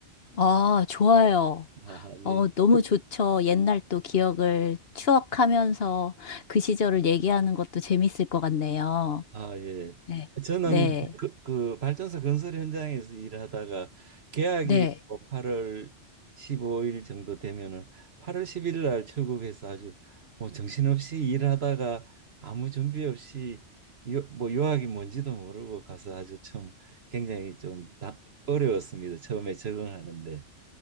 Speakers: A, on the left (about 55°); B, on the right (about 60°).
A: 아, 좋아요.
B: 아,
A: 어,
B: 예.
A: 너무 좋죠. 옛날 또 기억을 추억하면서 그 시절을 얘기하는 것도 재밌을 것 같네요.
B: 아, 예.
A: 네.
B: 저는
A: 네.
B: 그, 그 발전소 건설 현장에서 일하다가 계약이
A: 네.
B: 뭐 8월 15일 정도 되면은 8월 1 1일날 출국해서 아주 뭐 정신없이 일하다가 아무 준비 없이 유, 뭐 유학이 뭔지도 모르고 가서 아주 참 굉장히 좀 다, 어려웠습니다. 처음에 적응하는데.